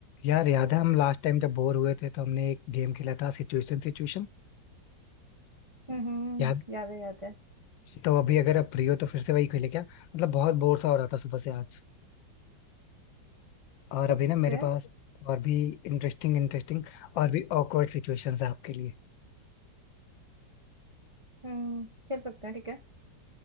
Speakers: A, on the left; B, on the right.
A: यार याद है हम लास्ट टाइम जब बोर हुए थे तो हमने एक गेम खेला था सिचुएशन सिचुएशन
B: हम्म हम्म,
A: याद
B: याद है याद है
A: जी। तो अभी अगर आप फ्री हो तो फिर से वही खेले क्या मतलब बहुत बोर सा हो रहा था सुबह से आज और अभी
B: सकते
A: ना मेरे
B: हैं
A: पास और भी इंटरेस्टिंग इंटरेस्टिंग और भी ऑकवर्ड सिचुएशंस है आपके लिए
B: हम्म खेल सकते हैं ठीक है